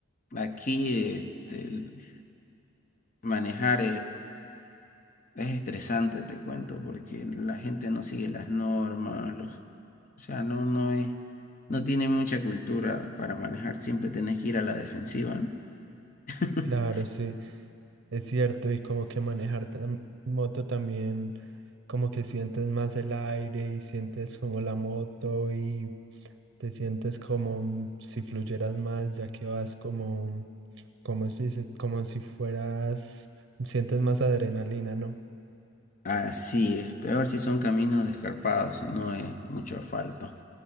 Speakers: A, on the left; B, on the right.
A: aquí, este, el manejar Es estresante, te cuento, porque la gente no sigue las normas, los, o sea, no, no es, no tiene mucha cultura para manejar, siempre tenés que ir a la defensiva, ¿no? <laughs>
B: Claro, sí, es cierto, y como que manejar tam- moto también como que sientes más el aire y sientes como la moto y Te sientes como mm, si fluyeras más, ya que vas como, como si, se- como si fueras, sientes más adrenalina, ¿no?
A: Así es, peor si son caminos descarpados, si no es mucho asfalto.